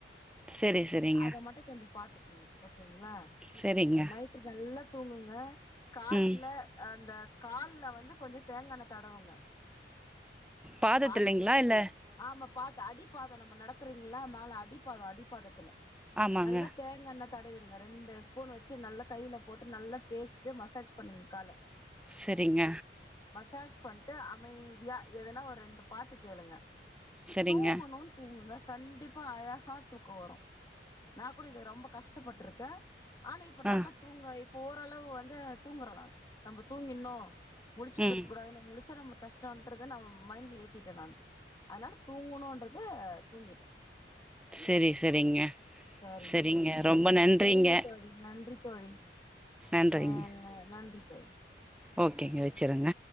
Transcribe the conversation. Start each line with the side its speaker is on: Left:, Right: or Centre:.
Centre: சரி சரிங்க
Left: அத மட்டு கொஞ்சொ பாத்துக் இல்ல ஓக் கேங்ளா
Centre: சரிங்க
Left: அ நைட்டு நல்லா தூங்குங்க காலைல
Centre: ம்
Left: அந்த கால்ல வந்து கொஞ்சொ தேங்காண்ண தடவுங்க
Centre: பாதத்துல்லைங்ளா
Left: பாதத்துல
Centre: இல்
Left: ஆமா பாத்து அடிப் பாதோ நம்ம நடக்குறிங்ள மேல அடிப்பாதோ அடிப்பாதத்துல
Centre: ஆமாங்க
Left: நல்லா தேங்காண்ண தடவிடுங்க ரெண்டு ஸ்பூன் வச்சு நல்லா கையில போட்டு நல்லா தேச்சிட்டு மசாஜ் பண்ணுங்க கால
Centre: செரிங்க
Left: மசாஜ் பண்ட்டு அமைதியா எதுனா ஒரு ரெண்டு பாட்டுக் கேளுங்க
Centre: சரிங்க
Left: தூங்கணூன் தூங்குங்க கண்டிப்பா அழகா தூக்கொ வரூ நாக்கூட இது ரொம்ப கஷ்டப்பட்ருக் க ஆனா இப்ப நல்லா
Centre: ஆ
Left: தூங்ற இப்ப ஓரள் ளவு வந்து ‌தூங்குற நான் நம்ம தூங்கிற்னூ முழிச்சிட்டுருக்க
Centre: ம்
Left: கூடாதுனு முழிச்சா நம்ளுக் கஷ்டோன்றத நா மைண்ட்ல ஏத்திட்டே நானு அதனால தூங்கணூன்றது தூங்கிட்டே
Centre: செரி செரிங்க
Left: சரிங்க
Centre: செரிங்க
Left: சரிங்க
Centre: ரொம்ப நன்றிங்க
Left: சரிங்க தோழி நன்றி தோழி
Centre: நன்றிங்க
Left: ஆஹ் நன்றி தோழி
Centre: ஓகேங்க வெச்சிருங்க